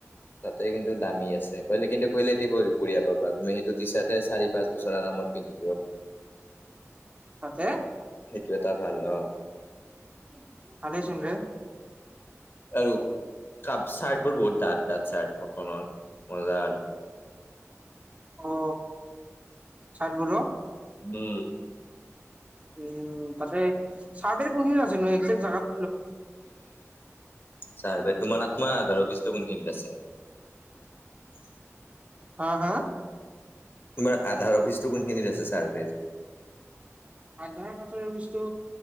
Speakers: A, on the left; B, on the right.
A: তাতে কিন্তু দামী আছে কলে কিন্তু কলে এতিয়া বঢ়িয়া পাবা তুমি সেইটো টি চাৰ্ট চি পাঁচ বছৰ আৰামত পিন্ধি
B: তাতে
A: <unintelligible> সেইটো এটা ভাল ন
B: <unintelligible>
A: আৰু কাপ চাৰ্ট বোৰ বহুত ডাত ডাত চাৰ্ট কটনৰ মজা আৰু
B: অ চাৰ্ট বোৰ
A: <unintelligible>
B: উম তাতে চাৰ বট কোনখিনি আছে ন একজেক্ট জেগাত।
A: ছাৰ বা তোমাৰ আত্মাৰত আৰু পিছত সেই টো কেনেকে গম পাইছে।
B: হা হা।
A: তোমাৰ আধাৰ অফিচটো কোন ফালে আছে ছাৰফে?
B: আধাৰ ফেক্ অফিচটো